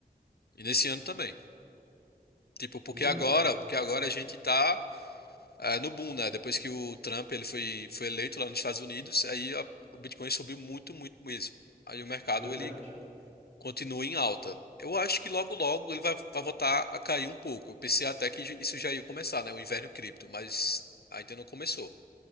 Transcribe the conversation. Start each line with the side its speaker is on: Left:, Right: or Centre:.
Left: E nesse ano também. Tipo, porque
Right: Que legal.
Left: agora, porque agora a gente tá ah, no boom, né? Depois que o Trump ele foi, foi eleito lá nos Estados Unidos, aí a- o Bitcoin subiu muito, muito mesmo. Aí o mercado
Right: Verdade.
Left: ele continua em alta. Eu acho que logo, logo ele vai, vai voltar a cair um pouco. Eu pensei até que isso já ia começar, né? O inverno cripto, mas ainda não começou.